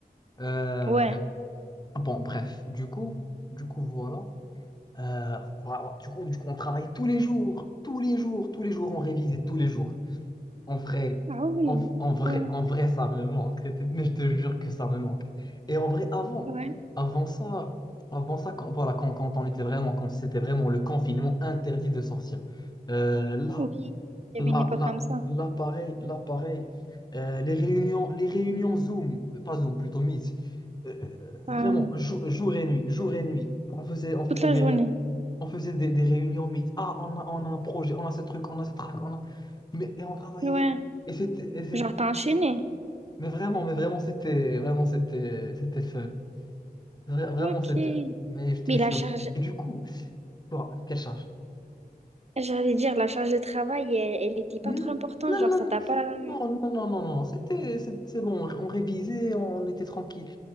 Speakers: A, on the left; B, on the right.
A: Euh,
B: Ouais.
A: bon, bref, du coup, du coup, voilà. Euh, voilà, du coup, du coup, on travaillait tous les jours, tous les jours, tous les jours, on révisait tous les jours. En vrai,
B: Ah oui.
A: en, en vrai,
B: Ouais,
A: en vrai, ça me manque. C'était- Mais je te jure que ça me manque. Et en vrai, avant,
B: ouais.
A: avant ça, avant ça, quand, voilà, quand, quand on était vraiment, quand c'était vraiment le confinement interdit de sortir. Euh, là,
B: Oui. Il y
A: la-
B: avait une époque
A: la-
B: comme ça.
A: l'appareil, l'appareil, euh, les réunions, les réunions Zoom, pas Zoom, plutôt Meet, Euh, vraiment,
B: Ah,
A: jou- jour et nuit, jour et nuit, on faisait, on faisait
B: toute la
A: des,
B: journée.
A: ré- on faisait des, des réunions Meet. Ah, on a, on a un projet, on a ce truc, on a ce trac, on a... Mais, et on travaillait.
B: Ouais.
A: Et c'était, et c'est-
B: Genre, t'as enchaîné.
A: mais vraiment, mais vraiment, c'était, vraiment, c'était, c'était fun. Vra- Vraiment,
B: Ok.
A: c'était, mais je te
B: Mais
A: jure.
B: la charge,
A: Et du coup, bon, quelle charge?
B: j'allais dire, la charge de travail, elle, elle était pas
A: Hmm,
B: trop importante,
A: Non,
B: genre
A: non,
B: ça t'a pas...
A: non, non, non, non, non, non, c'était, c'est c'est bon, on révisait, on était tranquille.